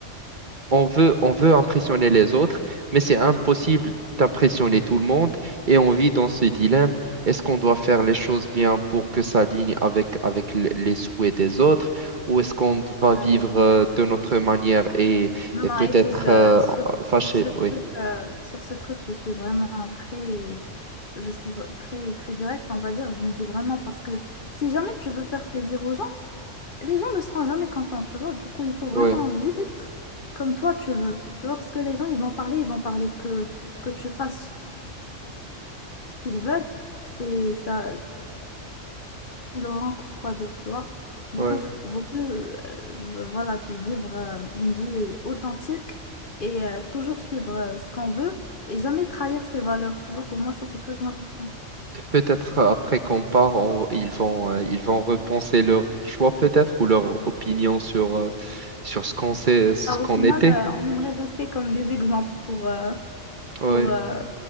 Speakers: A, on the right; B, on the left.
A: on veut, on veut impressionner les autres, mais c'est impossible d'impressionner tout le monde et on vit dans ce dilemme. Est-ce qu'on doit faire les choses bien pour que ça aligne avec, avec le- les souhaits des autres ou est-ce qu'on va
B: Ouais.
A: vivre euh, de notre manière et,
B: Non,
A: et
B: non,
A: peut-être
B: écoute, euh,
A: euh,
B: sur,
A: fâché,
B: sur ce truc,
A: oui.
B: euh, sur ce truc, je suis vraiment très, je suis vr- très, très directe, on va dire. Je me dis vraiment parce que si jamais tu veux faire plaisir aux gens, les gens ne seront jamais contents, tu vois. Du coup, il faut vraiment
A: Ouais,
B: vivre comme toi tu veux, tu vois, parce que les gens, ils vont parler, ils vont parler que, que tu fasses ce qu'ils veulent. C'est ça, Laurent, qu- quoi dire, tu vois. Du
A: ouais.
B: coup, f- vaut mieux euh, euh, voilà, fi- vivre euh, une vie authentique et euh, toujours suivre euh, ce qu'on veut et jamais trahir ses valeurs, tu vois. Pour moi, ça, c'est très important.
A: Peut-être euh, après qu'on part, on- ils vont, euh, ils vont repenser leur choix peut-être ou leur opinion sur, euh, sur ce qu'on sait, ce
B: Ah,
A: qu'on
B: au final,
A: était.
B: euh, on aimerait rester comme des exemples pour, euh,
A: Ouais.
B: pour, euh,